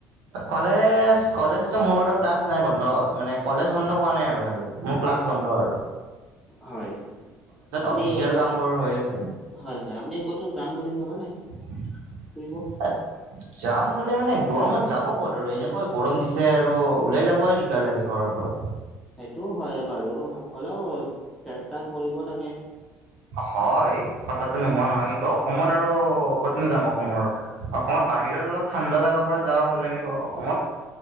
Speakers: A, on the right; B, in the centre.
A: কলেজ কলেজতো মোৰ বাতত ক্লাছ নাই বন্ধ মানে কলেজ বন্ধ হোৱা নাই আৰু খালি মোৰ ক্লাছ বন্ধৰ
B: হয় আপুনি।
A: অফিচিয়েল কামবোৰ হৈ আছে।
B: হয় হয় আপনি কতো যাম বুলি ভাব নাই?
A: <unintelligible>
B: ফুৰিব
A: যাম বুলি মানে গৰমত যাব ক'ত আৰু এনেকুৱা গৰম দিছে আৰু ওলাই যাবই দিগ দাৰ লাগে ঘৰৰ পৰা।
B: সেইটোও হয়ে বাৰু হ'লেও চেষ্টা কৰিব লাগে।
A: হয় কথাটো নোহোৱা নহয় কিন্তু অসমত আৰু ক'তনো যাম অসমৰ। অসমত বাহিৰত অলপ ঠাণ্ডা জাগাবোৰত যাব ভাল লাগিব অসমত।